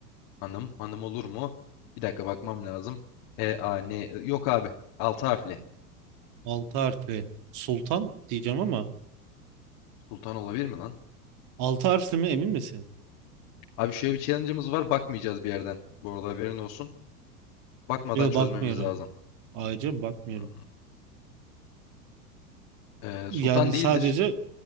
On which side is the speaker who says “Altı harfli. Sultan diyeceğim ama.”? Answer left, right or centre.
Right